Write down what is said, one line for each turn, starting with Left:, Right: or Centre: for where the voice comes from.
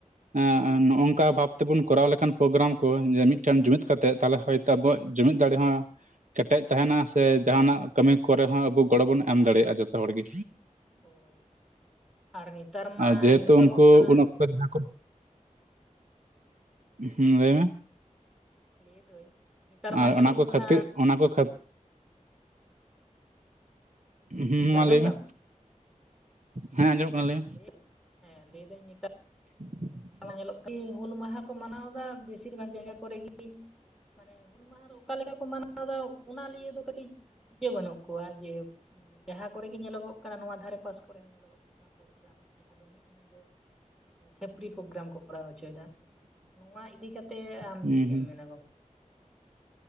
Right: ᱮᱸᱜ ᱱᱚᱜᱼᱚᱝᱠᱟ ᱵᱷᱟᱵ ᱛᱮᱵᱚᱱ ᱠᱚᱨᱟᱣ ᱞᱮᱠᱷᱟᱱ ᱯᱨᱳᱜᱨᱟᱢ ᱠᱚ ᱡᱮ ᱢᱤᱫᱴᱮᱱ ᱡᱩᱢᱤᱫ ᱠᱟᱛᱮᱜ ᱛᱟᱦᱚᱞᱮ ᱦᱚᱭ ᱛᱚ ᱟᱵᱚᱣᱟᱜ ᱡᱩᱢᱤᱫ ᱫᱟᱲᱮ ᱦᱚᱸ ᱠᱮᱴᱮᱡ ᱛᱟᱦᱮᱸᱱᱟ ᱥᱮ ᱡᱟᱸᱦᱟᱸᱱᱟᱜ ᱠᱟᱹᱢᱤ ᱠᱚᱨᱮ ᱦᱚᱸ ᱟᱵᱚ ᱜᱚᱲᱚ ᱵᱚᱱ ᱮᱢ ᱫᱟᱲᱮᱭᱟᱜᱼᱟ ᱡᱷᱚᱛᱚ ᱦᱚᱲ ᱜᱮ᱾
Centre: ᱦᱳᱭ ᱟᱨ ᱱᱤᱛᱟᱨ ᱢᱟ
Right: ᱟᱨ ᱡᱮᱦᱮᱛᱩ
Centre: ᱧᱮᱞᱚᱜᱚᱜ
Right: ᱩᱱᱠᱩ
Centre: ᱠᱟᱱᱟ
Right: <unintelligible> ᱦᱩᱸ ᱞᱟᱹᱭ ᱢᱮ᱾
Centre: ᱞᱟᱹᱭ ᱫᱟᱹᱧ ᱱᱮᱛᱟᱨ ᱢᱟ
Right: ᱟᱨ
Centre: ᱧᱮᱞᱚᱜ
Right: ᱚᱱᱟ ᱠᱚ
Centre: ᱠᱟᱱᱟ
Right: ᱠᱷᱟᱹᱛᱤᱨ ᱚᱱᱟ ᱠᱚ ᱠᱷᱟ ᱦᱩᱸ
Centre: ᱜᱚᱝᱠᱮ
Right: ᱢᱟ
Centre: ᱟᱸᱡᱚᱢ
Right: ᱞᱟᱹᱭ
Centre: ᱫᱟᱢ
Right: ᱢᱮ᱾ ᱦᱮᱸ ᱟᱸᱡᱚᱢᱚᱜ ᱠᱟᱱ <unintelligible>
Centre: <unintelligible> ᱦᱮᱸ ᱞᱟᱹᱭ ᱫᱟᱹᱧ ᱱᱮᱛᱟᱨ
Right: <inaudible>
Centre: ᱧᱮᱞᱚᱜ <unintelligible> ᱦᱩᱞ ᱢᱟᱦᱟᱸ ᱠᱚ ᱢᱟᱱᱟᱣᱫᱟ ᱵᱤᱥᱤᱨ ᱵᱷᱟᱜᱽ ᱡᱟᱭᱜᱟ ᱠᱚᱨᱮ ᱜᱤ ᱢᱟᱱᱮ ᱦᱩᱞ ᱢᱟᱦᱟᱸ ᱫᱚ ᱚᱠᱟ ᱞᱮᱠᱟ ᱠᱚ ᱢᱟᱱᱟᱣᱫᱟ ᱚᱱᱟ ᱞᱤᱭᱮ ᱫᱚ ᱠᱟᱹᱴᱤᱡ ᱪᱮᱫ ᱵᱟᱹᱱᱩᱜ ᱠᱚᱣᱟ ᱡᱮ ᱡᱟᱦᱟᱸ ᱠᱚᱨᱮ ᱜᱮ ᱧᱮᱞᱚᱜᱚᱜ ᱠᱟᱱᱟ ᱱᱚᱣᱟ ᱫᱷᱟᱨᱮ ᱯᱟᱥ ᱠᱚᱨᱮ ᱦᱚᱸ ᱧᱮᱞᱚᱜᱚᱜ ᱠᱟᱱᱟ ᱯᱨᱳᱜᱽᱨᱟᱢ ᱡᱟᱦᱟᱸ ᱫᱚ ᱢᱤᱫ ᱧᱤᱸᱫᱟᱹ ᱮᱸ ᱪᱷᱟᱹ <unintelligible> ᱯᱨᱤ ᱯᱨᱳᱜᱽᱨᱟᱢ ᱠᱚ ᱠᱚᱨᱟᱣ ᱦᱚᱪᱚᱭᱮᱫᱟ ᱱᱚᱶᱟᱸ ᱤᱫᱤ ᱠᱟᱛᱮ ᱟᱢ
Right: ᱢᱮ
Centre: ᱪᱮᱜ
Right: ᱦᱩᱸ
Centre: ᱮᱢ ᱢᱮᱱᱟ?